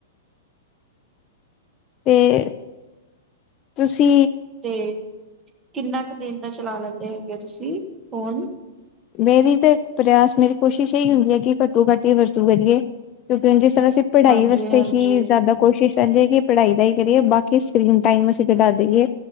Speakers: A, on the left (about 35°); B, on the right (about 25°).
A: ਤੇ, ਤੁਸੀ
B: ਤੇ, ਕਿੰਨਾ ਕੁ ਦਿਨ ਦਾ ਚਲਾ ਲੈਂਦੇ ਹੈਗੇ, ਤੁਸੀਂ ਫੋਨ
A: ਨਈ ਨਈ ਤੇ ਪ੍ਰਯਾਸ, ਮੇਰੀ ਕੋਸ਼ਿਸ਼ ਇਹੀ ਹੁੰਦੀ ਹੈ ਕਿ, ਘੱਟੋ-ਘੱਟ ਹੀ ਵਰਤੋਂ ਕਰੀਏ ਕਿਉਂਕਿ, ਜਿਸ ਤਰ੍ਹਾਂ ਅਸੀਂ ਪੜ੍ਹਾਈ
B: ਹਾਂਜੀ
A: ਵਾਸਤੇ
B: ਹਾਂਜੀ
A: ਹੀ ਜ਼ਿਆਦਾ ਕੋਸ਼ਿਸ਼ ਰਹਿੰਦੀ ਕਿ ਪੜ੍ਹਾਈ ਦਾ ਹੀ ਕਰੀਏ, ਬਾਕੀ ਸਕਰੀਨ ਟਾਈਮ, ਅਸੀ ਘਟਾ ਦਈ ਏ